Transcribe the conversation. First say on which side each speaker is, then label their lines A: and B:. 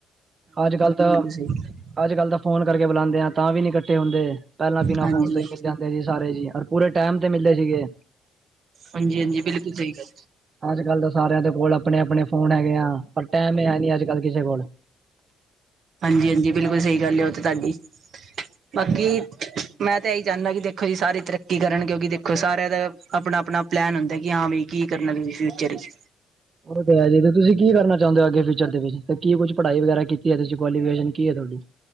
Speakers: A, on the right; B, on the right.
A: ਅੱਜ-ਕੱਲ ਤਾਂ
B: ੀ <unintelligible>
A: ਅੱਜ-ਕੱਲ ਤਾਂ ਫੋਨ ਕਰਕੇ ਬੁਲਾਉਦੇ ਆ, ਤਾਂ ਵੀ- ਇਕੱਠੇ ਹੁੰਦੇ, ਪਹਿਲਾਂ ਬਿਨਾਂ
B: ਹਾਂਜੀ
A: ਫੋਨ ਤੋਂ ਹੀ ਮਿਲ ਜਾਂਦੇ ਸੀ ਸਾਰੇ ਜੀ, ਰ ਪੂਰੇ ਟਾਈਮ ਤੇ ਮਿਲਦੇ ਸੀਗੇ।
B: ਹਾਂਜੀ-ਹਾਂਜੀ। ਬਿਲਕੁਲ ਸਹੀ ਗੱਲ।
A: ਅੱਜ-ਕੱਲ ਤਾਂ ਸਾਰਿਆਂ ਦੇ ਕੋਲ ਆਪਣੇ-ਆਪਣੇ ਫੋਨ ਹੈਗੇ ਆ, ਪਰ ਟਾਈਮ ਹੈ ਨੀ ਅੱਜ-ਕੱਲ ਕਿਸੇ ਕੋਲ।
B: ਹਾਂਜੀ-ਹਾਂਜੀ, ਬਿਲਕੁਲ ਸਹੀ ਗੱਲ ਹੈ ਉਹ ਤੇ ਤੁਹਾਡੀ! ਬਾਕੀ ਮੈਂ ਤਾਂ ਇ ਚਾਹੁੰਦਾ ਕਿ ਦੇਖੋ ਜੀ, ਸਾਰੀ ਤਰੱਕੀ ਕਰਨ! ਕਿਉਂਕਿ ਦੇਖੋ, ਸਾਰਿਆਂ ਦਾ ਆਪਣਾ-ਆਪਣਾ ਪਲੈਨ ਹੁੰਦਾ ਕਿ ਹਾਂ ਵੀ ਕੀ ਕਰਨਾ ਤੁਸੀਂ ਫਿਊਚਰ ਵਿੱਚ?
A: ਉਹ ਤੇ ਜੇ ਤੁਸੀਂ ਕੀ ਕਰਨਾ ਚਾਹੁੰਦੇ ਹੋ ਅੱਗੇ ਫਿਊਚਰ ਦੇ ਵਿੱਚ, ਤੇ ਕੀ ਕੁਛ ਪੜ੍ਹਾਈ ਵਗੈਰਾ ਕੀਤੀ ਹੈ ਤੁਸੀ, ਕੁਆਲੀਫਿਕ ਹੈ ਤੁਹਾਡੀ?